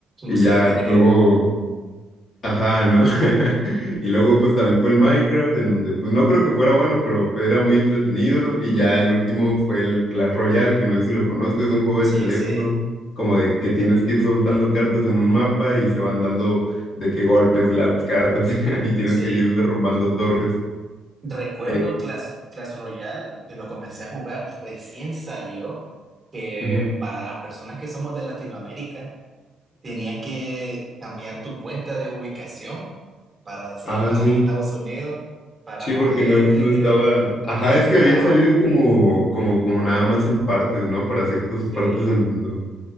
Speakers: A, on the left; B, on the right.
A: Y
B: sí,
A: ya
B: tiene
A: luego.
B: que...
A: Ajá, ¿no? <laughs> Y luego pues también fue el Minecraft, en donde pues no creo que fuera bueno, pero era muy entretenido. Y ya el último fue el Clash Royale, que no sé si lo conozco, es un juego
B: Sí,
A: de teléfono,
B: sí.
A: como de que tienes que ir soltando cartas en un mapa y se van dando de qué golpes las cartas <laughs> y tienes
B: Sí.
A: que ir derrumbando torres.
B: Recuerdo
A: Eh,
B: Clash, Clash Royale, que lo comencé a jugar, recién salió, que
A: ujú.
B: para las personas que somos de Latinoamérica, tenías que cambiar tu cuenta de ubicación para decir
A: Ah,
B: que estabas
A: sí.
B: en Estados Unidos para
A: Sí, porque
B: poder
A: no eres,
B: obtener,
A: no estaba. Ajá,
B: no
A: es
B: estaba.
A: que había salido como, como, como nada más en partes, ¿no? Para ciertas
B: sí.
A: partes del mundo.